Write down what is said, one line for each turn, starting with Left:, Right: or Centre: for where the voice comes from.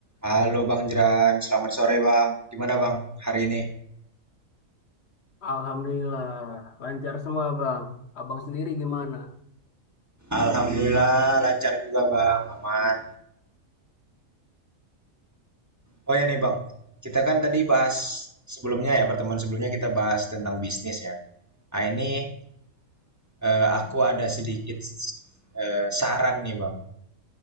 Right: Halo Bang Jeran, selamat sore Bang. Gimana Bang hari ini?
Left: Alhamdulillah, lancar semua Bang. Abang sendiri gimana?
Right: Alhamdulillah lancar juga Bang, aman. Oh ya nih Bang, kita kan tadi bahas sebelumnya ya, pertemuan sebelumnya kita bahas tentang bisnis ya. Ah ini eh, aku ada sedikit eh, saran nih Bang